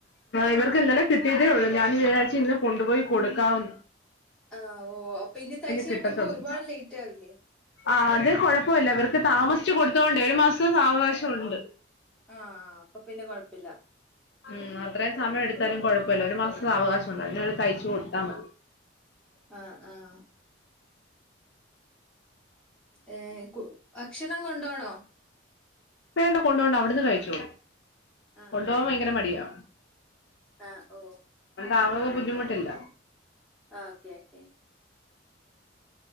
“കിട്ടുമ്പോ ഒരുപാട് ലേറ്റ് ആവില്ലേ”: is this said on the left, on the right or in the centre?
Centre